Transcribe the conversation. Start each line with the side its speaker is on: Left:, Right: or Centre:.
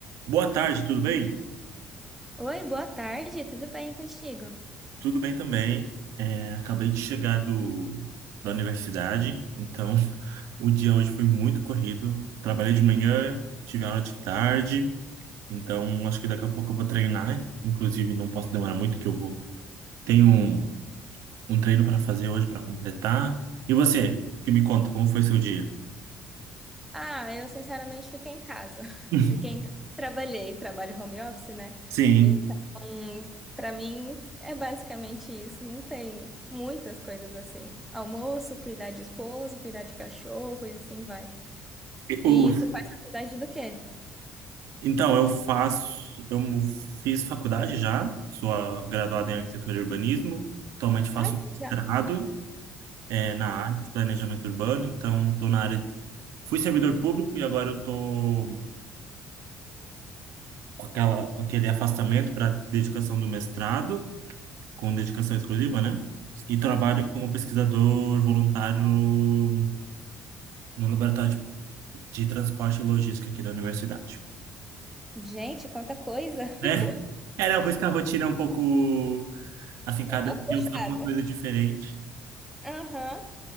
Right: Boa tarde, tudo bem?
Centre: Oi, boa tarde, tudo bem contigo?
Right: Tudo bem também. É, acabei de chegar do, da universidade, então <laughs> o dia hoje foi muito corrido. Trabalhei de manhã, tive aula de tarde, então acho que daqui a pouco eu vou treinar. Inclusive, não posso demorar muito que eu vou. Tenho um, um treino para fazer hoje para completar. E você, que me conta como foi seu dia?
Centre: Ah, eu sinceramente fiquei em casa. <laughs>
Right: <laughs>
Centre: Fiquei em... ca- Trabalhei, trabalho home office, né?
Right: Sim.
Centre: Então, pra mim é basicamente isso. Não tem muitas coisas assim. Almoço, cuidar de esposo, cuidar de cachorro e assim vai.
Right: E
Centre: E
Right: O,
Centre: tu faz faculdade do quê?
Right: Então, eu faço, eu mu- fiz faculdade já, sou a- graduada em arquitetura e urbanismo. Atualmente faço
Centre: Ai,
Right: um
Centre: que
Right: mestrado
Centre: legal.
Right: eh, na área de planejamento urbano, então estou na área. Fui servidor público e agora eu estou com aquela, com aquele afastamento para dedicação do mestrado, com dedicação exclusiva, né? E trabalho
Centre: Hum.
Right: como pesquisador voluntário no, no laboratório de, de transporte e logística aqui da universidade.
Centre: Gente, quanta coisa! <laughs>
Right: É, <laughs> é, não, por isso que a rotina é um pouco assim, cada
Centre: É um pouco
Right: dia
Centre: puxada.
Right: eu faço uma coisa diferente.
Centre: Aham.